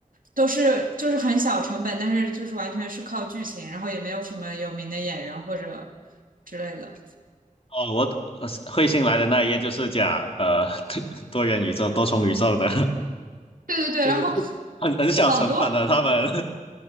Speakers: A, on the right; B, on the left.
A: 都是就是很小成本，但是就是完全是靠剧情，然后也没有什么有名的演员或者之类的。
B: 哦，我的呃彗星来的那一页就是讲呃 <laughs> 多元宇宙、多重宇宙的，
A: 对对对，
B: <laughs> 就是很很小成本的他们。
A: 然后。好多。
B: <laughs>